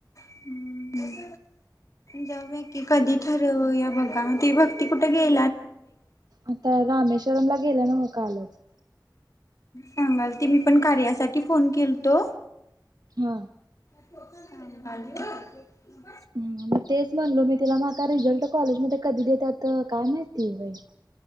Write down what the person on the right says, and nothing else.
आता रामेश्वरमला गेल्या नव कालचं.
हा.
मग तेच म्हणलो, मी तिला म रिझल्ट कॉलेजमध्ये कधी देत्यात काय माहिती बाई?